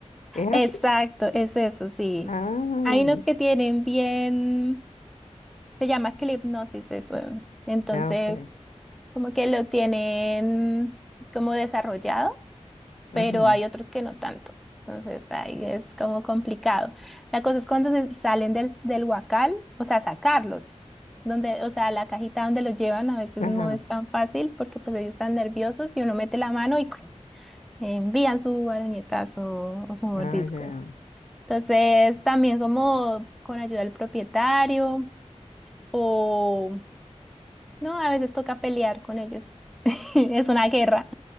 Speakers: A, on the left (about 80°); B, in the centre.
A: ¿Es
B: exacto,
A: así?
B: es eso, sí.
A: Ah,
B: Hay unos que tienen bien, se llama clipnosis eso. Entonces
A: ya. ok.
B: como que lo tienen como desarrollado, pero
A: Ujú,
B: hay otros que no tanto. Entonces ahí es como complicado. La cosa es cuando se- salen del, del huacal, o sea, sacarlos. Donde, o sea, la cajita donde los llevan a veces
A: Ajá.
B: no es tan fácil porque pues ellos están nerviosos y uno mete la mano y ¡cuac! envían su baroñetazo o su mordisco.
A: Ah, ya.
B: Entonces, también como con ayuda del propietario o, no, a veces toca pelear con ellos. <laughs> Es una guerra.